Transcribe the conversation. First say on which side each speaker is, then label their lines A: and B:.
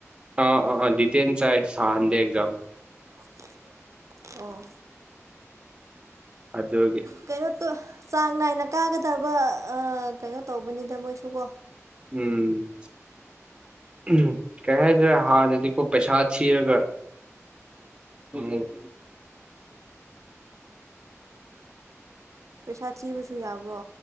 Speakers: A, on the right; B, on the right.
A: ꯑꯥ ꯑ ꯑ ꯗꯤꯇꯦꯟ ꯆꯥꯏ ꯁꯍꯥꯟꯗꯦ ꯑꯦꯖꯝ
B: ꯁꯍꯟꯗꯦ ꯑꯦꯖꯥꯝ ꯑꯣ
A: ꯑꯗꯨ
B: ꯀꯩꯅꫭꯇꫭ ꯆꯥꯡ ꯅꯥꯏꯅ ꯀꯥꯒꯗꯕ ꯀꯩꯅꯣ ꯇꯧꯕꯅꯤꯗ ꯃꯣꯏꯁꯨꯀꯣ
A: ꯎꯝ ꯎꯝ ꯀꯩ ꯍꯥꯏꯁꯤꯔ ꯍꯥꯟꯅꯗꯤ ꯀ‌ꯣ ꯄꯩꯁꯥ ꯊꯤꯔꯒ ꯃꯨꯛ
B: ꯄꯩꯁꯥ ꯊꯤꯕꯁꯨ ꯌꯥꯕ꯭ꯔꯣ?